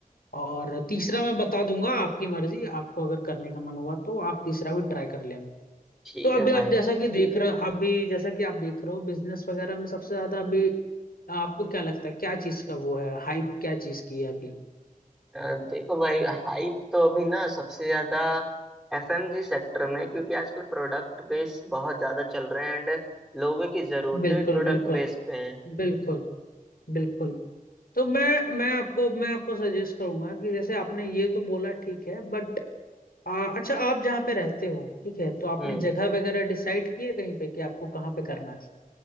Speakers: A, on the left (about 80°); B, in the centre.
A: और तीसरा मैं बता दूंगा आपकी मर्जी आपको अगर करने का मन हुआ तो आप तीसरा भी ट्राई कर लेना
B: ठीक
A: तो
B: है
A: अभी
B: भाई
A: आप जैसा कि देख रहे अभी जैसा कि आप देख रहे हो बिजनेस वगैरह में सबसे ज्यादा अभी आपको क्या लगता है क्या चीज का वो है हाइप क्या चीज की है अभी
B: अ, देखो भाई हाइप तो अभी ना सबसे ज्यादा एफएमजी सेक्टर में क्योंकि आजकल प्रोडक्ट बेस बहुत ज्यादा चल रहे हैं एंड लोगों की जरूरतें
A: बिल्कुल
B: भी प्रोडक्ट
A: बिल्कुल
B: बेस पे हैं
A: बिल्कुल बिल्कुल तो मैं मैं आपको मैं आपको सजेस्ट करूंगा कि जैसे आपने ये तो बोला ठीक है बट आ, अच्छा आप जहाँ पे रहते हो ठीक है तो आपने
B: हम्म
A: जगह वगैरह डिसाइड की है कहीं पे कि आपको कहाँ पे करना है